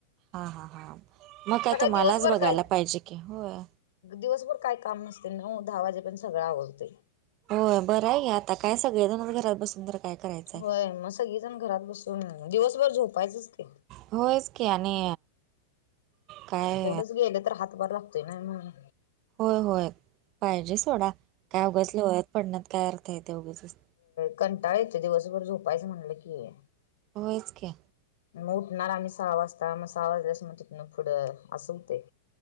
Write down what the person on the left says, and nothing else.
दिवसभर
काय
दिवसभर काय काम नसतय नऊ दहा वाजे पर्यंत सगळं आवरतय.
होय
मग सगळीजण घरात बसून दिवसभर झोपायचंच की.
तेवढंच गेले तर हातभर लागतोय नाही म्हणून.
कंटाळ येतंय दिवसभर झोपायचं म्हणलं कि
मग उठणार आम्ही सहा वाजता मग सहा वाजल्यास मग तिथंन पुढं असं होते.